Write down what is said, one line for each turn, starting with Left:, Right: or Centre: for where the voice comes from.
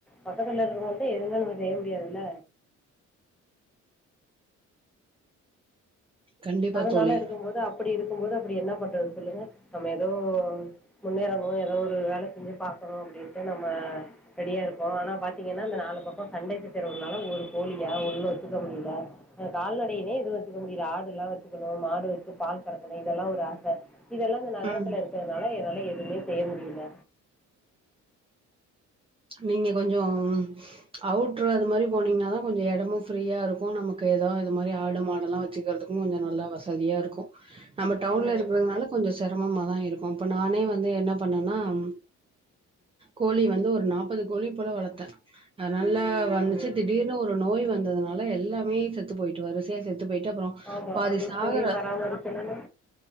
Centre: பக்கத்ல இருக்கவுங்கிட்ட எதுவுமே நம்ம செய்ய முடியாதுல்ல
Right: கண்டிப்பா
Centre: அதனால
Right: தோழி.
Centre: இருக்கும்போது அப்டி இருக்கும் போது அப்டி என்ன பண்றது சொல்லுங்க நம்ம ஏதோ முன்னேறணு ஏதோ ஒரு வேல செஞ்சு பாக்கணு அப்டின்னுட்டு நம்ம ரெடியா இருக்கோ ஆனா பாத்தீங்கன்னா அந்த நாலு பக்கோ சண்ட சச்சரவுனால ஒரு கோழியா ஒன்னு வச்சுக்க முடியல கால்நடையனே எதுவு வச்சுக்க முடியல ஆடு எல்லா க்கணு மாடு வச்சு பால் கறக்கணு இதெல்லா ஒரு ஆச இதெல்லா இந்த நகரத்துல
Right: ம்.
Centre: இருக்கிறதுனால என்னால்லா எதுவுமே செய்ய முடியல
Right: நீங்க கொஞ்சம் அவுட்ரு அது மாரி போனீங்கன்னாதா கொஞ்ச எடமு ஃப்ரீயா இருக்கு நமக்கு எதோ இது மாரி ஆடு மாடெலா வச்சுக்கிறதுக்கு கொஞ்சொ நல்லா வசதியா இருக்கு நம்ம டவுன்ல
Centre: ம்
Right: இருக்கறதுனால கொஞ்ச செரமமாதா இரு க்கு அப்ப நானே வந்து என்ன பண்ணேன்னா ம் கோழி வந்து ஒரு நா ப்பது கோழி போல வளத்தே ஆ நல்லா வந்துச்சு
Centre: ம்
Right: திடீர்னு ஒரு நோய் வந்ததுனா ல எல்லாமே செத்து போயிட்டு வரிசையா செத் து போயிட்டு அப்புறோ
Centre: ஆமா
Right: பாதி
Centre: அது
Right: சாகற
Centre: கோழிய பராமரிக்கணும்னா